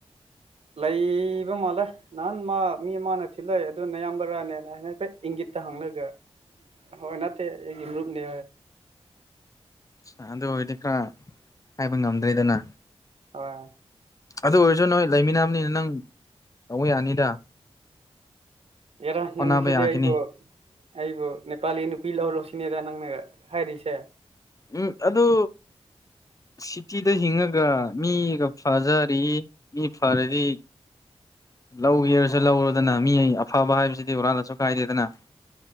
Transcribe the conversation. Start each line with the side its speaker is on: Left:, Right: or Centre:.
Right: ꯂꯩꯕ ꯃꯥꯜꯂꯦ ꯅꯍꯥꯟ ꯃꯥ ꯃꯤ ꯃꯥꯅ ꯊꯤꯜꯂꯛꯑꯦ ꯑꯗꯨꯅꯌꯥꯝꯕ꯭ꯔꯥꯅꯦꯅ ꯍꯥꯏ ꯍꯥꯏꯐꯦ ꯏꯪꯒꯤꯠ ꯇ ꯍꯥꯡꯂꯒ ꯍꯅꯇ ꯑꯩꯒꯤ ꯃ꯭ꯔꯨꯨꯞꯅꯦ
Left: ꯑ ꯑꯗꯨ ꯑꯣꯏꯔꯗꯤ ꯈꯔ ꯍꯥꯏꯕ ꯉꯝꯗ꯭ꯔꯦꯗꯅ
Right: ꯍꯣꯏ
Left: ꯑꯗꯨ ꯑꯣꯏꯔꯁꯨ ꯅꯣꯏ ꯂꯩꯃꯤꯟꯅꯕꯅꯤꯅ ꯅꯪ ꯇꯧꯕ ꯌꯥꯅꯤꯗ
Right: ꯌꯦꯔ ꯅꯪꯁꯤꯗꯕꯨ
Left: ꯍꯣꯠꯅꯕ ꯌꯥꯈꯤꯅꯤ
Right: ꯑꯩꯕꯨ ꯅꯦꯄꯥꯂꯤ ꯅꯨꯄꯤ ꯂꯧꯔꯨꯁꯤꯅꯦꯗ ꯅꯪꯅ ꯍꯥꯏꯔꯤꯁꯦ
Left: ꯎꯝ ꯑꯗꯨ ꯁꯤꯇꯤ ꯑꯛꯇ ꯍꯤꯡꯉꯒ ꯃꯤꯒ ꯐꯖꯔꯤ ꯃꯤ ꯐꯔꯗꯤ ꯂꯧꯒꯦꯔꯁꯨ ꯂꯧꯔꯨꯗꯅ ꯃꯤ ꯑꯐꯕ ꯍꯥꯏꯕꯁꯤꯗꯤ ꯍꯨꯔꯥꯜꯂꯁꯨ ꯀꯥꯏꯗꯦꯗꯅ